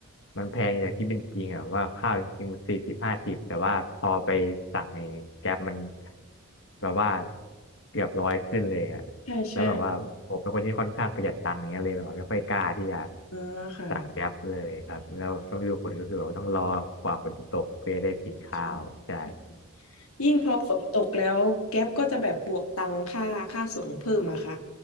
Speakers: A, on the left (about 55°); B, on the left (about 75°).
A: มันแพงอย่างที่เป็นจริงอ่ะว่าข้าวจริงๆมันสี่สิบห้าสิบแต่ว่าพอไปสั่งในแก๊ปมันแบบว่าเกือบร้อยขึ้นเลยอ่ะ
B: <laughs> ใช่ใช่
A: แล้วแบบว่าผมเป็นคนที่ค่อนข้างประหยัดตังค์อย่างเงี้ยเลยแบบว่าไม่ค่อยกล้าที่จะ
B: อ่าค่ะ
A: สั่งแก๊ปเลยครับแล้วช่วงฤดูฝนก็คือแบบว่าต้องรอกว่าฝนจะตกเพื่อได้กินข้าวใช่
B: ค่ะใช่ยิ่งพอฝนตกแล้วแก๊ปก็จะแบบบวกตังค่าค่าส่งเพิ่มอะค่ะ